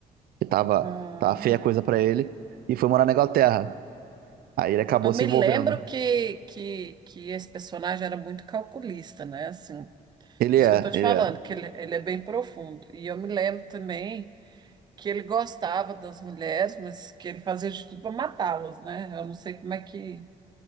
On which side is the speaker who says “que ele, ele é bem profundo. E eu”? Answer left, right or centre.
Right